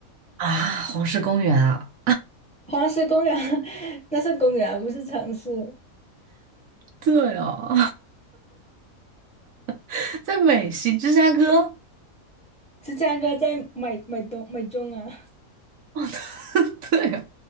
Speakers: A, on the right (about 70°); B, in the centre.
A: 啊，黄石公园啊，
B: 黄石公园，<laughs> 那是公园，不是城市。
A: 对哦，<laughs> 在美西，芝加哥。
B: 芝加哥在美美东美中啊，<laughs>
A: <laughs> 对哦